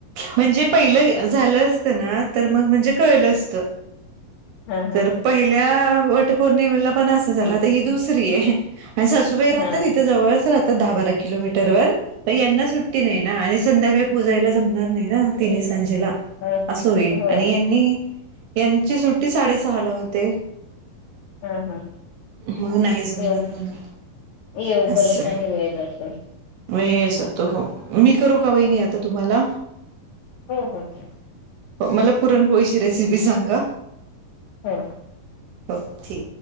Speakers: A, on the right (about 75°); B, on the left (about 85°).
A: म्हणजे पहिलं झालं असत ना तर मग म्हणजे कळलं असत.
B: हा
A: तर पहिल्या वटपौर्णिमेला पण असं झालं, अता ही दुसरीये. आणि सासूबाई
B: हा
A: राहतात
B: हा हा
A: इथे जवळच राहतात दहा बारा किलोमीटरवर यांना सुट्टी नाही ना आणि संध्याकाळी पूजायला जमणार नाही ना तिनी सांजेला
B: हो
A: अस होईल
B: हो
A: आणि यांनी यांची सुट टी साडे सहाला होते.
B: हा हा
A: मग नाही जमणार
B: येऊ
A: म्हणून
B: येऊपर्यंत
A: असं
B: नि वेळ जातो.
A: वेळ जातो हो. मी करू का वहिणी आता तुम्हाला
B: हो हो करा.
A: मला पुरणपोळीची रेसिपी सांगा.
B: हो.
A: हो ठीकये.